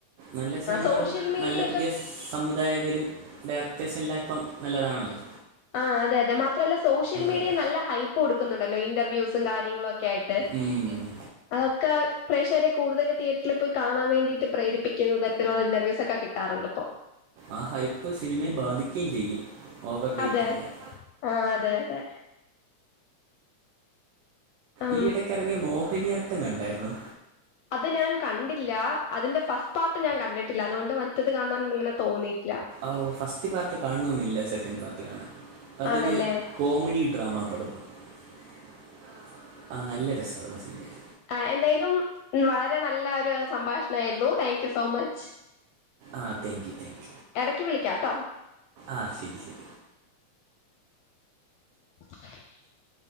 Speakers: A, on the right (about 85°); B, on the left (about 80°).
A: നല്ല സിനിമകളും
B: സോഷ്യൽ
A: ആഹ്
B: മീഡിയ
A: നല്ല
B: ഒക്കെ
A: പുതിയ സ് സംവിധായകരും ഡയറക്ടേഴ്സ് എല്ലാം ഇപ്പം നല്ലതാണ് അല്ലോ.
B: ആഹ് അതെ അതെ മാത്രല്ല സോഷ്യൽ മീഡിയയിൽ
A: ഇറക്കാം
B: നല്ല ഹൈ പ്പ് കൊടുക്കുന്നുണ്ടല്ലോ ഇന്റർവ്യൂസും കാര്യങ്ങളും ഒക്കെ ആയിട്ട്.
A: ഉം
B: അതൊക്കെ പ്രേക്ഷകരെ കൂടുതൽ തീയേറ്ററിൽ പോയി കാണാൻ വേണ്ടിട്ട് പ്രേരിപ്പിക്കുന്ന തരത്തിലുള്ള ഇന്റർവ്യൂസ്. ഒക്കെ കിട്ടാറുണ്ട് ഇപ്പൊ.
A: ആഹ് ഹൈപ്പ് സിനിമയെ ബാധിക്കുകയും ചെയ്യും. ഓവർ ഹൈപ്പായാൽ
B: അതെ ആഹ് അതെ അതെ. ആ
A: ഈ ഇടയ്ക്ക് ഇറങ്ങിയ മോഹിനിയാട്ടം കണ്ടായിരുന്നോ?
B: അത് ഞാൻ കണ്ടില്ല അതിന്റെ ഫസ്റ്റ് പാർട്ട് ഞാൻ കണ്ടിട്ടില്ല, അതുകൊണ്ട് മറ്റേത് കാണാൻ ഇങ്ങനെ തോന്നിയിട്ടില്ല.
A: ഓഹ് ഫസ്റ്റ് പാർട്ട് കാണണമെന്നില്ല, സെക്കന്റ്‌ പാർട്ട് കാണാൻ. അതൊരു
B: ആണല്ലേ
A: ആഹ് കോമഡി ഡ്രാമ പടവാണ് ആഹ് ആഹ്. ആഹ് നല്ല രസമുള്ള സിനിമ ആയിരിക്കും.
B: ആഹ് എന്തായാലും വളരെ നല്ല ഒരു സംഭാഷണ ആയിരുന്നു താങ്ക് യു സോ മച്ച്.
A: ആഹ് താങ്ക് യു താങ്ക് യു.
B: എടയ്ക്ക് വിളിക്ക്യാ ട്ടോ
A: ആഹ് ശെരി ശെരി
B: <inaudible>